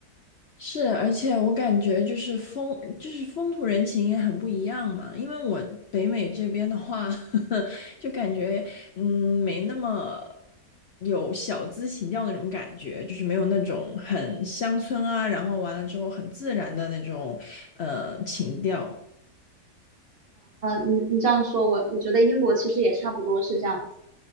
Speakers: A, on the left (about 60°); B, on the right (about 45°).
A: 是，而且我感觉就是风，就是风土人情也很不一样嘛。因为我北美这边的话，<laughs> 就感觉嗯没那么有小资情调那种感觉，就是没有那种很乡村啊，然后完了之后很自然的那种呃情调。
B: 你你这样说，我我觉得英国其实也差不多是这样子。